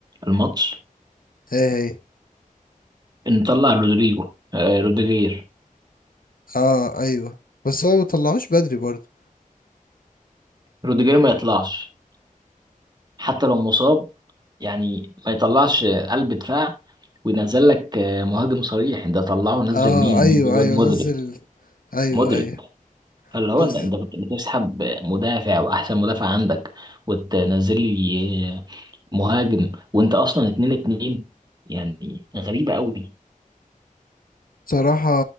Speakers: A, on the right; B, on the left.
A: الماتش
B: ايه هي
A: ان طلع رودريجو آه، روديجير
B: اه ايوه بس هو مطلعوش بدري برضه
A: روديجير ما يطلعش حتى لو مصاب يعني ما يطلعش قلب دفاع وينزل لك آه، مهاجم صريح ده طلعه نزل
B: اه
A: مين
B: ايوه
A: نزل الواد
B: ايوه
A: مودريك
B: نزل ايوه
A: مودريك
B: ايوه
A: فاللي هو
B: بس
A: انت انت بت- بتسحب مدافع واحسن مدافع عندك وتنزل لي آه، مهاجم وانت اصلا اتنين اتنين يعني غريبة قوي
B: بصراحة